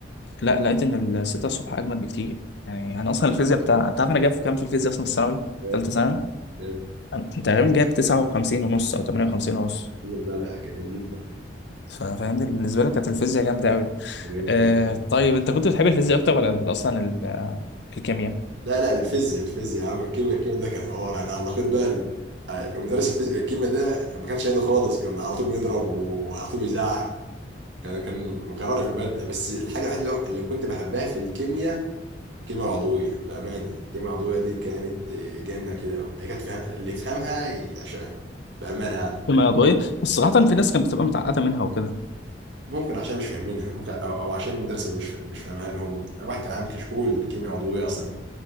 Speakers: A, on the left; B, on the right.
A: لا لقيت ان ال 6 الصبح اجمل بكتير يعني انا اصلا الفيزياء بتاع انت عارف انا جايب كام في الفيزياء اصلا في الثانوي
B: آه،
A: ثالثة ثانوي
B: آه.
A: انا كنت تقريبا جايب 59 ونص او 58 ونص
B: لا لا جميل جدا
A: ف- فاهمني بالنسبة لي كانت الفيزياء جامدة قوي
B: جميل
A: آه
B: جدا والله.
A: طيب انت كنت بتحب الفيزياء اكتر ولا ال- اصلا ال- آه، الكيمياء؟
B: لا لا الفيزياء الفيزياء يا عم الكيمياء الكيمياء ده كان حوار انا علقت بقى ال- آه، مدرس الفيزياء الكيمياء ده ما كانش هادي خالص كان على طول بيضرب وعلى طول بيزعق كان كان مكررة في المادة بس الحاجة الوحيدة اللي اللي كنت بحبها في الكيمياء الكيمياء العضوية بأمانة الكيمياء العضوية دي كانت جنة كده هي كانت فيها- اللي يفهمها يعشقها بأمانة يعني
A: الكيمياء العضوية بس صراحة في ناس كانت بتبقى متعقدة منها وكده
B: ممكن عشان مش فاهمينها ممكن أو, أو عشان المدرس مش مش فاهمها لهم الواحد كان عامل كشكول كيمياء عضوية أصلا